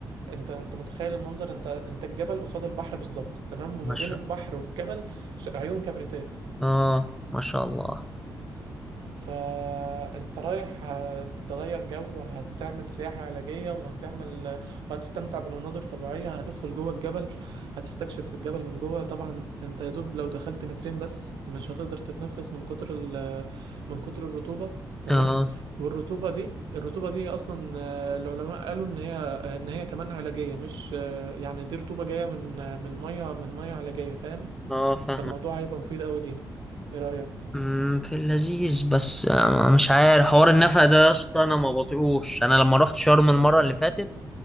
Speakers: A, on the right; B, in the centre.
A: انت انت متخيل المنظر انت انت الجبل قصاد البحر بالظبط تمام وما
B: ما شاء
A: بين البحر والجبل ش- عيون كبريتية
B: اه ما شاء الله
A: فانت رايح هتغير جو هتعمل سياحة علاجية وهتعمل وهتستمتع بمناظر طبيعية هتدخل جوه الجبل هتستكشف في الجبل من جوه طبعا انت يا دوب لو دخلت مترين بس مش هتقدر تتنفس من كتر ال... من كتر الرطوبة تمام
B: اه
A: والرطوبة دي الرطوبة دي اصلا آه، العلماء قالوا ان هي ان هي كمان علاجية مش آه، يعني دي رطوبة جاية من من مية من مية علاجية فاهم
B: اه فاهمك
A: فالموضوع هيبقى مفيد قوي لينا ايه رأيك؟
B: أمم، في اللذيذ بس آه، مش عارف حوار النفق ده يا اسطى انا ما بطيقوش انا لما رحت شرم المره اللي فاتت